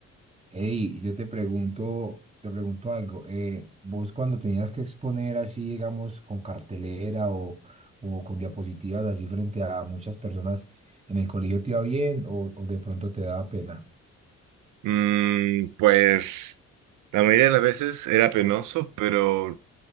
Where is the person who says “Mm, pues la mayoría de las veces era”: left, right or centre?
Right